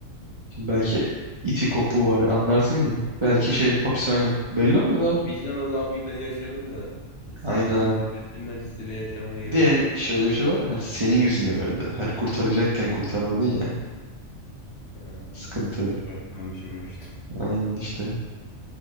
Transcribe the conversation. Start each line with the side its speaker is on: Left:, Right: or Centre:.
Right: Şimdi
Left: Yani
Right: belki iti kopuğu var anlarsın ya. Belki
Left: <laughs>
Right: şey hapishane. Belli olmaz abi.
Left: abi vicdan azabıyla yaşarım da sevdiğimi
Right: Aynen abi.
Left: kaybetmenin acısıyla yaşamaya gerek
Right: Bir de yani
Left: yok.
Right: şöyle bir şey var. Hani senin yüzünden öldü. Hani kurtaracakken kurtarmadın ya.
Left: Ha,
Right: Sıkıntı.
Left: bak hiç baştan düşünmemiştim.
Right: Aynen işte.